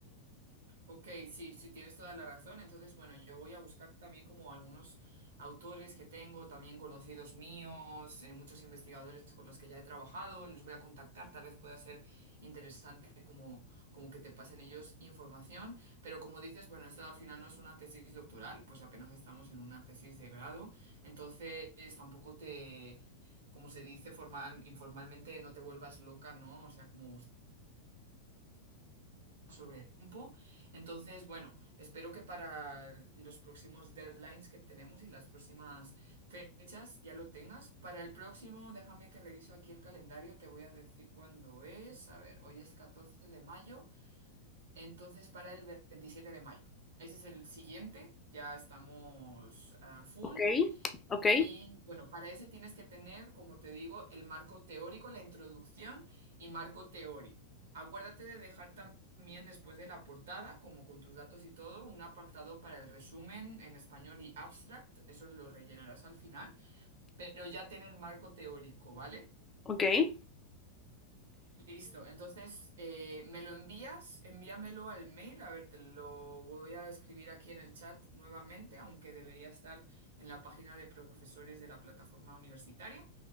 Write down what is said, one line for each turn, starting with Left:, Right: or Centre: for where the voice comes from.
Right: Ok, sí, sí, tienes toda la razón. Entonces, bueno, yo voy a buscar también como algunos autores que tengo, también conocidos míos, eh, muchos investigadores con los que ya he trabajado, les voy a contactar, tal vez pueda ser interesante como, como que te pasen ellos información, pero como dices, bueno, esto al final no es una tesis doctoral, pues apenas estamos en una tesis de grado, entonces tampoco te... Como se dice formal, informalmente, no te vuelvas loca, ¿no? O sea, como sobre el tiempo. Entonces, bueno, espero que para los próximos deadlines que tenemos y las próximas fechas ya lo tengas. Para el próximo, déjame que reviso aquí el calendario, te voy a decir cuándo es. A ver, hoy es 14 de mayo, entonces para el 27 de mayo. Ese es el siguiente, ya estamos a full.
Left: Ok, ok,
Right: Y bueno, para ese tienes que tener, como te digo, el marco teórico, la introducción y marco teórico. Acuérdate de dejar también después de la portada, como con tus datos y todo, un apartado para el resumen en español y abstract. Eso lo rellenarás al final, pero ya ten el marco teórico, ¿vale?
Left: ok. Eh,
Right: Listo, entonces eh, me lo envías, envíamelo al mail, a ver, te lo voy a escribir aquí en el chat nuevamente, aunque debería estar en la página de profesores de la plataforma universitaria.